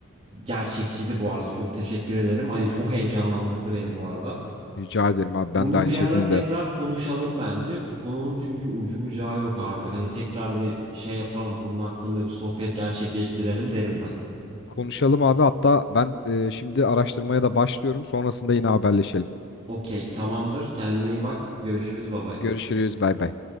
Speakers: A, on the right; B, on the left.
A: gerçekçiydi bu arada. Çok teşekkür ederim. Hani çok heyecanlandırdı beni bu arada.
B: Rica ederim abi ben
A: Bunu
B: de aynı
A: bir
B: şekilde.
A: ara tekrar konuşalım bence. Bu konunun çünkü ucu bucağı yok abi. Hani tekrar bir şey yapalım. Bunun hakkında bir sohbet gerçekleştirelim derim ben.
B: Konuşalım abi hatta ben e, şimdi araştırmaya da başlıyorum. Sonrasında yine haberleşelim.
A: Okey, tamamdır. Kendine iyi bak. Görüşürüz. Bay bay.
B: Görüşürüz bay bay.